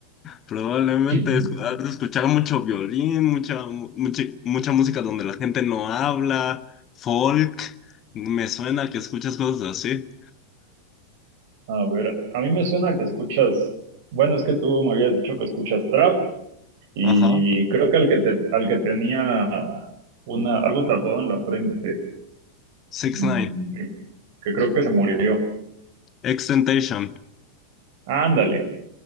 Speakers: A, on the left; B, on the right.
A: Probablemente
B: <laughs>
A: es- has de escuchar mucho violín, mucha, mu- mucha, mucha música donde la gente no habla, folk. Me suena que escuchas cosas así.
B: A ver, a mí me suena que escuchas, bueno, es que tú me habías dicho que escuchas trap y
A: Ajá.
B: creo que al que te, al que tenía una, algo tatuado en la frente,
A: Six
B: mm,
A: Nine.
B: que, que creo que se murió.
A: Extentation.
B: Ándale,